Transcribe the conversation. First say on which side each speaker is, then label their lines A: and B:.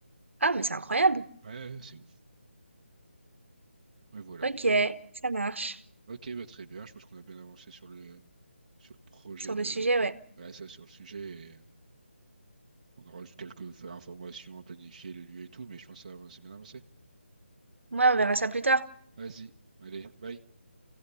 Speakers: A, on the right; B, on the right.
A: Ah, mais c'est incroyable.
B: Ouais, ouais, c'est ouf. Mais voilà.
A: Ok, ça marche.
B: Ok, bah très bien. Je pense qu'on a bien avancé sur le sur le projet
A: Sur
B: de,
A: le sujet, ouais.
B: ouais, ça, sur le sujet. Et on aura juste quelques informations à planifier, le lieu et tout, mais je pense que ça va- c'est bien avancé.
A: Moi, on verra ça plus tard.
B: Vas-y, allez, bye.